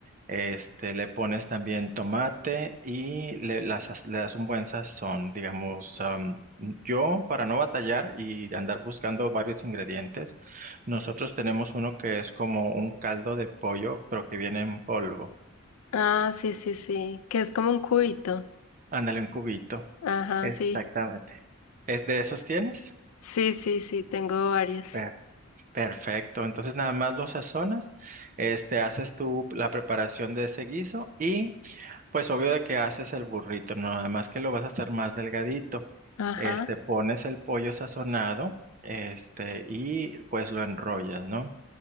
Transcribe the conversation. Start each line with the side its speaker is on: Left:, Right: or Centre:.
Right: Este, le pones también tomate y le, la saz- le das un buen sazón, digamos. am, yo, para no batallar y andar buscando varios ingredientes, nosotros tenemos uno que es como un caldo de pollo, pero que viene en polvo.
Left: Ah, sí, sí, sí, que es como un cubito.
Right: Ándale, un cubito.
Left: Ajá,
Right: Exactamente.
Left: sí.
Right: ¿Es de esos tienes?
Left: Sí, sí, sí, tengo varios.
Right: Per- Perfecto. Entonces nada más lo sazonas, este, haces tú la preparación de ese guiso y Pues obvio de que haces el burrito, no nada más que lo vas a hacer más delgadito.
Left: Ajá,
Right: Este, pones el pollo sazonado, este, y pues lo enrollas, ¿no?